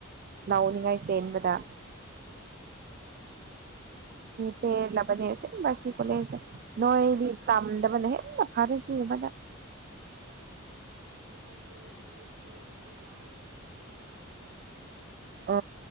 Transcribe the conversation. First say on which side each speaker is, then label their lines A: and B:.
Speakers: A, on the right; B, on the right.
A: ꯂꯅꯤꯡꯉꯥꯏ ꯆꯦꯟꯕꯗ
B: ꯎꯝ ꯂꯣꯏꯔꯦꯗ
A: ꯄꯦ ꯂꯕꯗꯁꯦꯁꯤ ꯀꯣꯂꯖ ꯗ
B: ꯑꯗꯨꯗꯤ
A: ꯅꯣꯏꯗꯤ
B: ꯈꯔ
A: ꯇꯝꯗꯕꯅ ꯍꯦꯟꯅ ꯐꯥꯔ ꯁꯤꯒꯨꯝꯕꯗ
B: ꯎꯝ ꯑꯗꯨꯗꯤ ꯑꯩꯈꯣꯏꯗꯤ ꯑꯩꯈꯣꯏꯒꯤꯗꯤ ꯂꯥꯏꯕꯁꯤꯡꯗꯤ ꯌꯥꯔꯔꯣꯏꯅꯦ
A: ꯑ